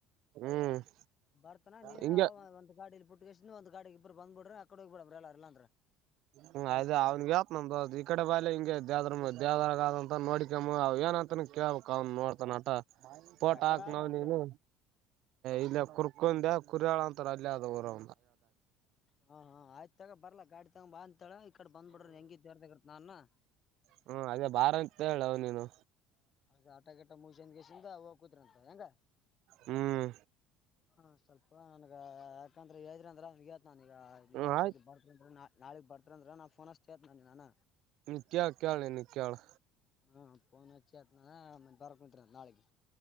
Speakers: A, on the right; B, on the left.
A: ಹ್ಮ್
B: ಬರ್ತಾನ ನೀನ್
A: ಹಿಂಗೆ
B: ಅವ ಒಂದ್ ಗಾಡಿಲಿ ಪುಟ್ಟಗಿಸ ಒಂದ ಗಾಡಿ ಇಬ್ಬಬ್ರ ಅಕಡೆ ಹೋಗ್ಬೇಡನ ಎಲ್ಲ ಎಲ್ಲ ಅಂದ್ರ
A: ಹ್ಮ ಆಯ್ದ ಅವನ್ಗೆತ್ ನಮ್ದ ಅದಿ ಈ ಕಡೆ ಬಾಲಿ ಹಿಂಗೆ ದೇವ್ರ ದೇವದ್ರಗ ಆದಂತ ನೋಡಿಕಮ್ಮ ಅವ್ ಏನ ಅಂತಾನ ಕೇಳ್ಬೇಕಕ್ ಅವ ನೋಡ್ತಾನ ಅಟ ಪೋಟ
B: ಯಾಕಡ
A: ಹಾಕ್
B: ಅದ
A: ನೋಡು
B: ಅವಂದು
A: ನೀನು ಇಲ್ಲ ಕುರ್ಕೊಂಡಬೇಕು ಕುರಿಯಾಳ ಅಂತಾರೆ ಅಲ್ಲಿ ಅದು ಊರು
B: ಹ ಹಾ ಆಯ್ತ ತಗ ಬಲ್ಲ ಗಾಡಿ ತಗಬ ಅಂತಳ ಈ ಕಡೆ ಬಂದ್ ಬಿಡ್ರಿ ಹೆಂಗಿದ್ರೂ ತೋಟದಲ್ಲಿ ನನ್ನ
A: ಹ್ಮ ಅದೇ ಬಾರ ಅಂತ ಹೇಳ ಅವ ನೀನು
B: ಅದ ಆಟಗಿಟ ಮುಗಿಸ್ಕಂದ ಗಿಸ್ಕಂದ ಹೋಗ ಕೂದ್ರಂತ ಹೆಂಗ
A: ಹ್ಮ್
B: ಹಾ ಸ್ವಲ್ಪ ನನ್ಗ ಯಾಕಂದ್ರ ಹೇಳಿದ್ರಂದೆ ನನ್ ಈಗ ನೀ
A: ಹ್ಮ್
B: ಯಾವ
A: ಆಯ್ತು
B: ಬರ್ತೀನಿ ನಾಳೆ ಬರ್ರ ಅಂದ್ರ ನನ್ನಾ ಫೋನ್ ಹಚ್ಚಿ ನಾನ
A: ಇಲ್ಲಿ ಕೇಳ ಇಲ್ಲಿ ಕೇಳ್
B: ಹ್ಮ ಫೋನ್ ಹಚ್ಚಿ ಆತ್ನ ಮ ಬರ್ಕೊಂತರ ನಾಳಿಗೆ